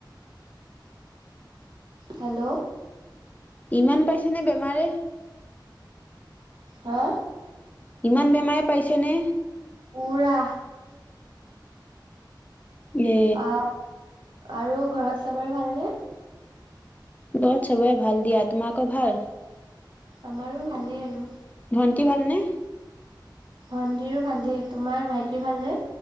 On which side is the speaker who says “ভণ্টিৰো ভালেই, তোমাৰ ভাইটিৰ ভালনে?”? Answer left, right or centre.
Right